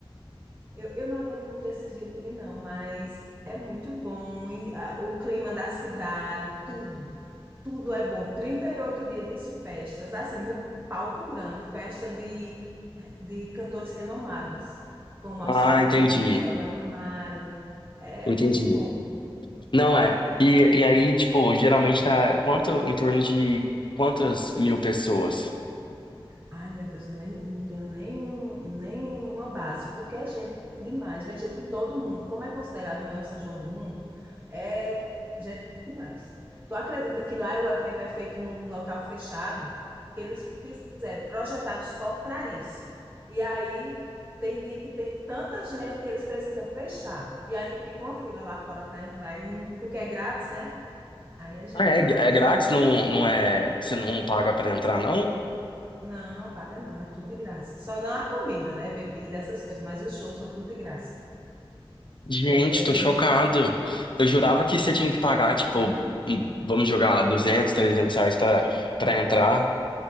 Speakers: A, on the right (about 20°); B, on the left (about 60°).
A: Eu, eu não aguento muito esses dias tudo, não, mas é muito bom. E, ah, o clima da cidade, tudo. tudo é bom. 38 dias de festas, assim, no palco grande, festa de, de cantores renomados, como
B: Ah,
A: Alceu Valença,
B: entendi.
A: Elba Ramalho. É
B: Entendi.
A: muito bom.
B: Não é. E, e aí, tipo, geralmente tá quanto, em torno de quantas mil pessoas?
A: Ai, meu Deus, eu, nem, eu não tenho nenhum, nenhuma base, porque é gente demais, vem gente de todo mundo. Como é considerado o maior São João do mundo, é gente demais. Tu acredita que lá o evento é feito num local fechado? Que eles fizeram, projetaram só para isso. E aí tem dia que tem tanta gente que eles precisam fechar. E ainda fica uma fila lá fora para entrar, e não, porque é grátis, né? Aí é gente
B: Ah, é,
A: demais.
B: é grátis? Não, não é... Você não paga pra entrar, não?
A: Não, paga não, é tudo de graça. Só não a comida, né? Bebida, essas coisas, mas os shows são tudo de graça.
B: Gente,
A: É bem.
B: tô chocado. Eu jurava que você tinha que pagar, tipo, hum, vamos jogar 200, 300 reais pra, pra entrar.